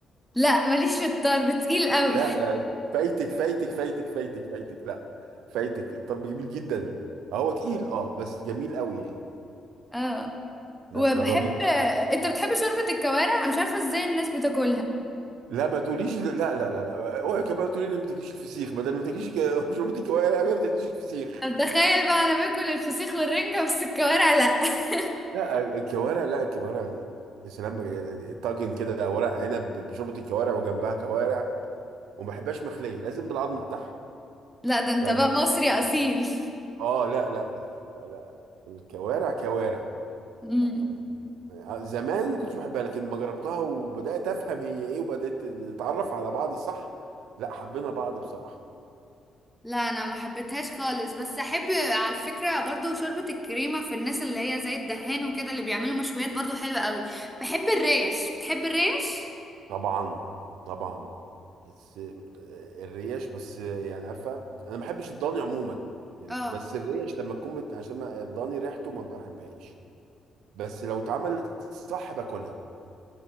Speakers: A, in the centre; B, on the right (about 80°).
A: لا ماليش في الطرب تقيل قوي
B: لا
A: <laughs>
B: لا لا. فايتك فايتك فايتك فايتك فايتك لا فايتك الطرب جميل جدا هو تقيل اه بس جميل قوي يعني
A: اه
B: لا
A: وبحب
B: جربيه
A: انت بتحب شوربة الكوارع أنا مش عارفة ازاي الناس بتاكلها
B: لا ما تقوليش لا لا لا لا اوعي كمان تقولي لي ما بتاكليش الفسيخ ما ده ما بتاكليش ك- <laughs> شربتي كوارع ما بتاكليش الفسيخ
A: طب تخيل بقى انا باكل الفسيخ والرنجة بس الكوارع لا <laughs>
B: لا الكوارع لا الكوارع يا سلام بقى، طاجن كده ورق عنب بشوربه الكوارع وجنبها كوارع وما بحبهاش مخليه لازم بالعظم بتاعها
A: لا ده انت
B: لا
A: بقى
B: لا لا
A: مصري اصيل
B: اه لا لا لا لا لا, لا. الكوارع كوارع
A: امم
B: يعني آه، زمان ما كنتش بحبها لكن ما جربتها وبدات افهم هي ايه وبدات نتعرف على بعض صح لا حبينا بعض بصراحه
A: لا انا ما حبيتهاش خالص بس احب على فكره برضو شوربه الكريمه في الناس اللي هي زي الدهان وكده اللي بيعملوا مشويات برضو حلوه قوي بحب الريش بتحب الريش
B: طبعا طبعا بس آه، الريش بس آه، يعني عارفه انا ما بحبش الضاني عموما يعني
A: اه
B: بس الريش لما تكون مت... عشان ما- الضاني ريحته ما بحبهاش بس لو اتعملت صح باكلها